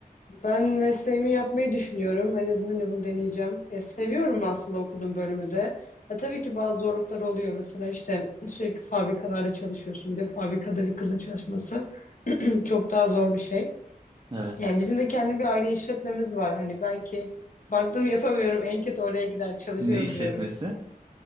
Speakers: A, on the left; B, on the right.
A: ben mesleğimi yapmayı düşünüyorum. En azından hani bunu deneyeceğim. Ya, seviyorum aslında okuduğum bölümü de. Ya, tabii ki bazı zorluklar oluyor. Mesela işte sürekli fabrikalarda çalışıyorsun. Bir de fabrikada bir kızın çalışması <clears throat> çok daha zor bir şey.
B: Evet.
A: Yani bizim de kendi bir aile işletmemiz var. Hani belki baktım yapamıyorum en kötü oraya gider çalışıyorum
B: Ne işletmesi?
A: diyorum.